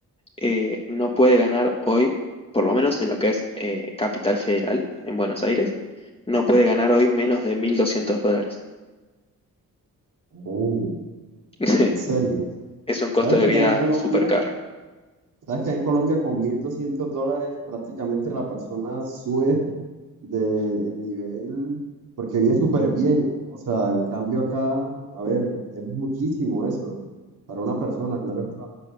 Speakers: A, on the left; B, on the right.
A: eh, no puede ganar hoy, por lo menos en lo que es eh, Capital Federal, en Buenos Aires, no puede ganar hoy menos de 1.200 dólares.
B: Oh,
A: Sí,
B: en serio.
A: Es un
B: ¿Sabes
A: costo de
B: que
A: vida
B: acá en Colombia,
A: súper caro.
B: sabes que acá en Colombia con 1.200 dólares prácticamente la persona sube de en nivel porque vive súper bien? O sea, el cambio acá, a ver, es muchísimo eso para una persona, claro está.